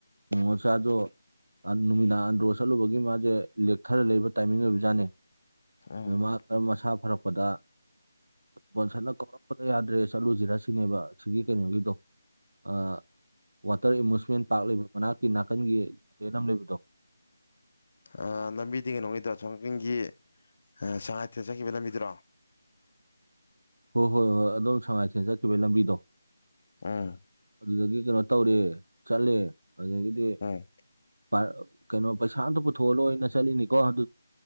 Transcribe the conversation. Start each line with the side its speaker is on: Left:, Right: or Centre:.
Right: ꯉꯣꯉꯣꯆꯥꯗꯣ ꯑ ꯅꯨꯃꯤꯗꯥꯡ ꯑꯟꯗ꯭ꯔꯣ ꯆꯠꯂꯨꯕꯒꯤ ꯃꯥꯁꯦ ꯂꯦꯛꯊꯔ ꯂꯩꯕ ꯇꯥꯏꯃꯤꯡ ꯑꯣꯏꯕꯖꯥꯠꯅꯦ
Left: ꯎꯝ
Right: ꯑꯗꯣ ꯃꯥ ꯃꯁꯥ ꯐꯔꯛꯄꯗ ꯕꯣꯟꯁꯟꯅ ꯀꯧꯔꯛꯄꯗ ꯌꯥꯗ꯭ꯔꯦ ꯆꯠꯂꯨꯁꯤꯔ ꯁꯤꯅꯦꯕ ꯁꯤꯒꯤ ꯀꯩꯅꯣꯒꯤꯗꯣ ꯑ ꯋꯥꯇꯔ ꯑꯦꯃꯨꯁꯃꯦꯟ ꯄꯥꯔꯛ ꯂꯩꯕ ꯃꯅꯥꯛꯀꯤ ꯅꯥꯀꯟꯒꯤ <unintelligible> ꯑꯃ ꯂꯩꯕꯗꯣ
Left: ꯑ ꯂꯝꯕꯤꯗꯤ ꯀꯩꯅꯣꯒꯤꯗꯣ ꯑꯁꯣꯝ ꯅꯥꯀꯟꯒꯤ ꯑ ꯁꯉꯥꯏꯊꯦꯜ ꯆꯠꯈꯤꯕ ꯂꯝꯕꯤꯗꯨꯔꯣ
Right: ꯍꯣꯏ ꯍꯣꯏ ꯍꯣꯏ ꯑꯗꯣꯝ ꯁꯉꯥꯏꯊꯦꯟ ꯆꯠꯈꯤꯕ ꯂꯝꯕꯤꯗꯣ
Left: ꯎꯝ
Right: ꯑꯗꯨꯗꯒꯤ ꯀꯩꯅꯣ ꯇꯧꯔꯦ ꯆꯠꯂꯦ ꯑꯗꯒꯤꯗꯤ
Left: ꯎꯝ
Right: <unintelligible> ꯀꯩꯅꯣ ꯄꯩꯁꯥ ꯑꯝꯇ ꯄꯨꯊꯣꯛꯍꯜꯂꯣꯏꯅ ꯆꯠꯂꯤꯅꯤꯀꯣ ꯑꯗꯨ